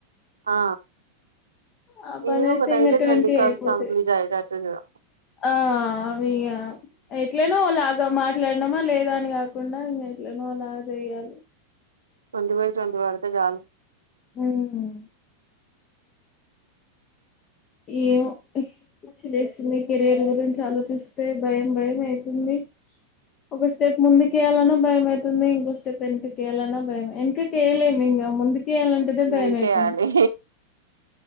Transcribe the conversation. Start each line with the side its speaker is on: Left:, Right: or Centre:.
Right: ఆ
Left: ఆ పనిస్తే
Right: ఏదో ఒకటి
Left: ఇంక
Right: అయితే
Left: ట్వంటీ
Right: కాల్స్
Left: అయిపోతాయి
Right: కంప్లీట్ అయ్యేటట్టు చూడు
Left: ఆ అవి ఎట్లనో లా మాట్లాడినామా లేదా అని కాకుండా ఇంకా ఎట్లనో అలా చెయ్యాలి
Right: ట్వంటీ బై ట్వంటీ పడితే చాలు
Left: మ్మ్ ఏమో పిచ్చి లేస్తుంది కెరయర్ గురించి ఆలోచిస్తే భయం భయం అయితుంది ఒక స్టెప్ ముందు కేయాలనో భయమవుతుంది ఇంకో స్టెప్ ఎనికి కేయాలనా ఎనక కేలేమ్ ఇంగా ముందుకీ తీయాలంటుంటే భయం
Right: ముందుకేయాలి
Left: అయితుంది